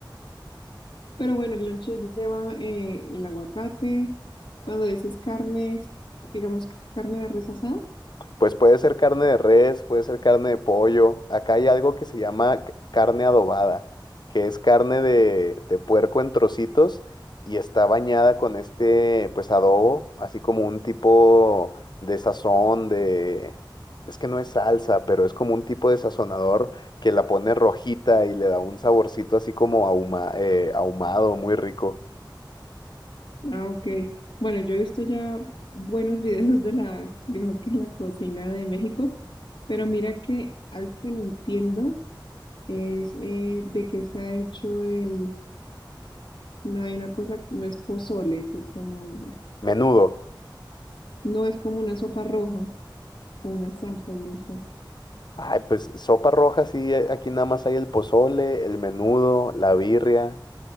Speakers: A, on the left (about 80°); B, on the left (about 60°).
A: Pero bueno, el lonche lleva eh, el aguacate, cuando dices carnes, digamos carne de res asada.
B: Pues puede ser carne de res, puede ser carne de pollo. Acá hay algo que se llama c- carne adobada, que es carne de, de puerco en trocitos y está bañada con este, pues adobo, así como un tipo de sazón, de... Es que no es salsa, pero es como un tipo de sazonador que la pone rojita y le da un saborcito así como ahuma- eh, ahumado, muy rico.
A: Ah, ok. Bueno, yo he visto ya buenos videos de la, digamos que la cocina de México, pero mira que algo que no entiendo es eh, de qué está hecho el, no hay una cosa, no es pozole, es otro nombre.
B: Menudo.
A: No es como una sopa roja o una salsa, yo no sé.
B: Ay, pues sopa roja, sí, eh, aquí nada más hay el pozole, el menudo, la birria.